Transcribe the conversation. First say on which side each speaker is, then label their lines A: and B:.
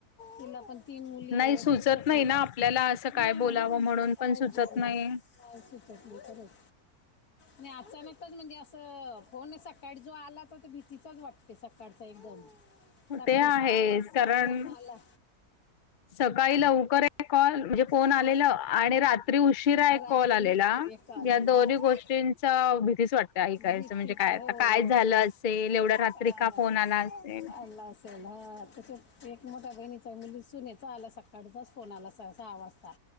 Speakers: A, on the left (about 70°); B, on the left (about 55°).
A: तिला पण तीन मुली
B: नाही
A: आहे
B: सुचत
A: एकच
B: नाही
A: मुलगा
B: ना आपल्याला असं काय
A: नाही
B: बोलावं
A: ह
B: म्हणून
A: काय
B: पण सुचत
A: झाला
B: नाही.
A: श नाही खरच नाही अचानकच म्हणजे असं फोनत सकाळी जो आला तर त भीतीचाच वाटते सकाळचा एकदम सकाळी
B: ते आहेच
A: सहा वाजता
B: कारण
A: फोन आला
B: सकाळी लवकर कॉल म्हणजे फोन
A: हां
B: आलेला आणि रात्री उशिरा एक
A: रात्री
B: कॉल आलेला
A: एक आलेला
B: या दोन्ही
A: हा
B: गोष्टीं भीतीच वाटते ऐकायचं
A: भीतीचं
B: म्हणजे काय
A: हो
B: आ काय
A: हो
B: झालं असेल एवढ्या
A: काय
B: रात्री का फोन आला असेल
A: आला असेल ह तसेच एक मोठ्या बहिणीचा मुली सुनचा आला सकाळीचाच फोन आला स सहा वाजता